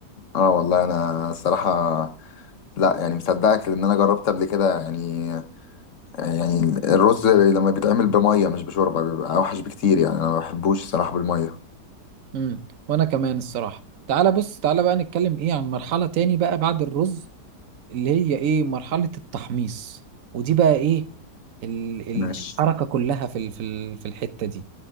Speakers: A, on the left; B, on the right.
A: اه والله انا الصراحه لا يعني مصدقك لان انا جربت قبل كده يعني يعني الرز لما بيتعمل بميه مش بشوربه بيبقى اوحش بكتير يعني انا ما بحبوش الصراحه بالميه
B: امم وانا كمان الصراحة تعالى بص تعالى بقى نتكلم ايه عن مرحلة تاني بقى بعد الرز اللي هي ايه مرحلة التحميص ودي بقى ايه ال ال
A: ماشي
B: الحركة كلها في ال في ال في الحتة دي